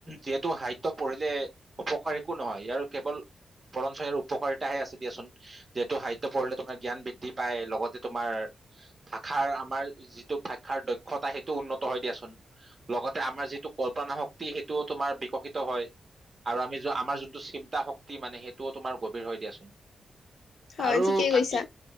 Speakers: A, on the right; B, on the left.
A: যিহেতু সাহিত্য পঢ়িলে- অপকাৰ একো নহয়, ইয়াৰ কেৱল- বৰঞ্চ ইয়াৰ উপকাৰিতাহে আছে দিয়া চোন। যিহেতু সাহিত্য পঢ়িলে তোমাৰ জ্ঞান বৃদ্ধি পায় লগতে- আমাৰ ভাষাৰ আমাৰ যিটো ভাষাৰ দক্ষতা সেইটো উন্নত হয় দিয়াচোন। লগতে আমাৰ যিটো কল্পনা শক্তি সেইটোও তোমাৰ বিকশিত হয়। আৰু আমি য আমাৰ যোনটো চিন্তা শক্তি মানে সেইটোও তোমাৰ গভীৰ হৈ দিয়াচোন।
B: হয়
A: আৰু
B: ঠিকেই
A: বাকী
B: কৈছা